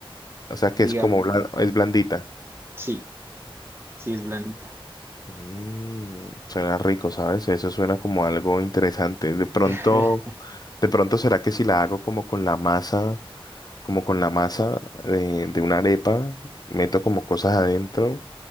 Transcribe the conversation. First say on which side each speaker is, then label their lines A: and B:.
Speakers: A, on the left; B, on the right.
A: O sea que
B: digamos,
A: es como blan- es blandita.
B: sí, sí es blandita.
A: Mm, suena rico, ¿sabes? Eso suena como algo interesante. De pronto,
B: <laughs>
A: de pronto será que si la hago como con la masa, como con la masa de, de una arepa, meto como cosas adentro